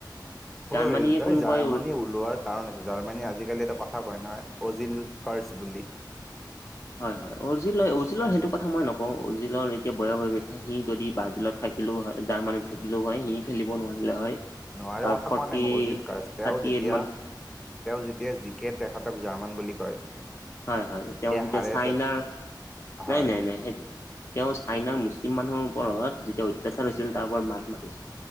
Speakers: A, in the centre; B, on the left (about 35°).
A: হয়
B: জাৰ্মানীয়ে
A: তাই
B: কোনোবাই
A: জাৰ্মানী ওলোৱাৰ কাৰণ আছে জাৰ্মানী আজিকালি এটা কথা কয় নহয় অজিল কাৰছ বুলি
B: হয় হয় উৰ্জিলয় অৰ্জিলয় সেইটো কথা মই নক অ উজিলৰ এতিয়া বয়স হৈ গৈছে সি যদি ব্ৰাজিলত থাকিলেও হয় জাৰ্মানীত থাকিলেও হয় সি খেলিব নোৱাৰিলে হয়
A: নোৱাৰে
B: তাৰ
A: কথা
B: ফৰ্টি
A: কোৱা নাই অজিল ক
B: থাৰ্টি
A: তেওঁ যেতিয়া
B: এইট মান
A: তেওঁ যেতিয়া জিকে তেখঁতক জাৰ্মান বুলি কয়
B: হয় হয় তেওঁ যেতিয়া
A: হাৰে
B: চাইনাৰ
A: তে হয়
B: নাই নাই নাই সেই তেওঁ চাইনাৰ মুছলিম মানুহৰ ওপৰত যেতিয়া অত্যাচাৰ হৈছিল তাৰ ওপৰত মাত মাতিছিল